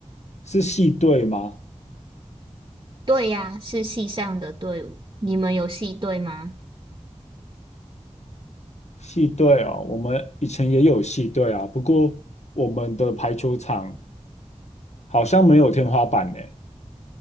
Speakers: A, on the left (about 70°); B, on the right (about 35°).
A: 是系队吗？
B: 对呀，是系上的队伍。你们有系队吗？
A: 系队哦，我们以前也有系队啊，不过我们的排球场好像没有天花板呢。